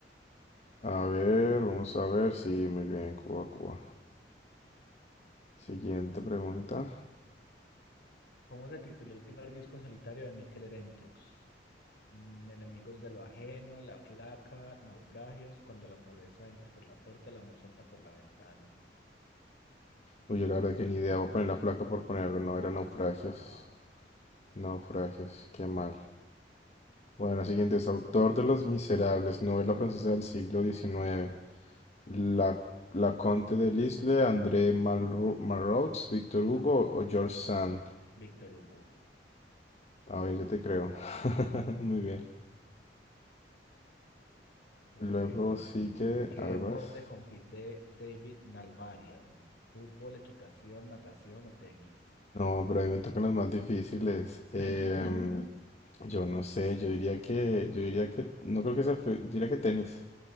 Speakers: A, on the left; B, on the left.
A: A ver, vamos a ver. Sí, muy bien, Cuba, Cuba. Siguiente pregunta.
B: ¿Cómo se tituló el primer disco en solitario de Mikel Erentxun? Mm, Enemigos de lo ajeno, la flaca, naufragios, cuando la pobreza entra por la puerta, el amor salta por la ventana.
A: Uy, yo la verdad que ni idea. Voy a poner la flaca por poner algo. No,
B: No,
A: era naufragios. Naufragios, qué mal. Bueno, la siguiente es autor de Los Miserables, novela francesa del siglo diecinueve La, la Conte de Lisle, André Malro- Malraux, Víctor Hugo o George Sand.
B: Víctor Hugo.
A: A ver, yo te creo. <laughs> Muy bien.
B: Bueno,
A: Luego sigue,
B: ¿en qué
A: a ver,
B: deporte
A: vas.
B: compite David Nalbarian? ¿Fútbol, equitación, natación o tenis?
A: No, pero a mí me tocan las más difíciles. Em,
B: <laughs>
A: yo no sé, yo diría que, yo diría que, no creo que sea, fre- diría que tenis.